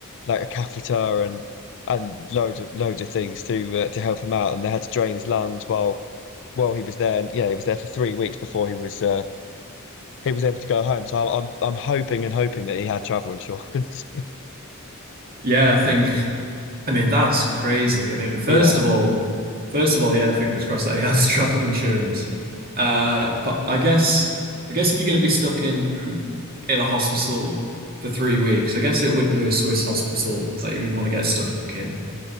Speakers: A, on the left; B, on the right.
A: like a catheter and and loads of loads of things to uh, to help him out, and they had to drain his lungs while well, he was there. Yeah, he was there for three weeks before he was uh, he was able to go home. So I'm I'm I'm hoping and hoping that he had travel insurance. <laughs>
B: Yeah, I think I mean, that's crazy. I mean, first
A: Yeah,
B: of all, first of all, yeah, fingers crossed that he has <laughs> travel insurance. Uh, but I guess, I guess if you're going to be stuck in in a hospital for three weeks, I guess it would be a Swiss hospital that you would want to get stuck in.